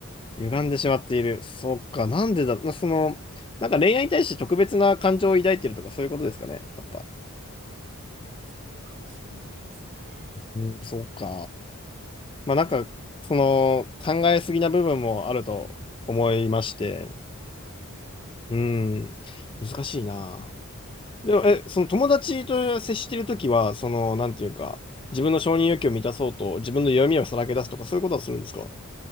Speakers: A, on the left; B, on the right.
A: 歪んでしまっている。そっか、なんでだ、なその、なんか恋愛に対して特別な感情を抱いてるとかそういうことですかね、やっぱ。
B: そうかもしんないですね。
A: うん、そうか。まあなんか、その、考えすぎな部分もあると思いまして、
B: うん。
A: うん、難しいな。でも、え、その友達と接してるときは、その、なんていうか、自分の承認欲求を満たそうと、自分の弱みをさらけ出すとか、そういうことはするんですか